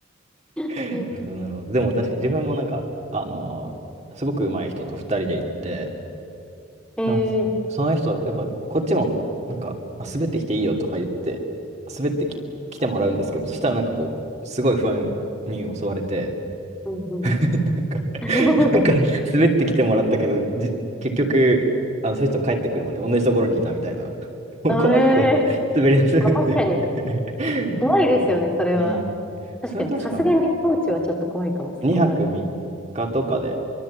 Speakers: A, on the right; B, in the centre.
A: <laughs>
B: <laughs>
A: なるほど、なるほど。でも確かに自分もなんか、あのーすごく上手い人と二人で行って、
B: ええ
A: でもその人、やっぱこっちもなんか、あ、滑ってきていいよとか言って、滑ってき、来てもらうんですけど、そしたらなんかこう、すごい不安に襲われて、
B: うんうん。
A: なんか
B: <laughs>
A: なんか滑ってきてもらったけど、じ、結局、あの、その人帰ってくるまで同じところにいたみたいな。<laughs> もう怖くて、
B: あ、ええ
A: 滑り出せなくて
B: まあ、確かに、
A: <laughs>
B: 怖いですよね、
A: うん。
B: それは。
A: うん。
B: 確かに、
A: それ確かに、
B: さすがに放置はちょっと怖いかも、そこまで。
A: 2泊3日とかで行っ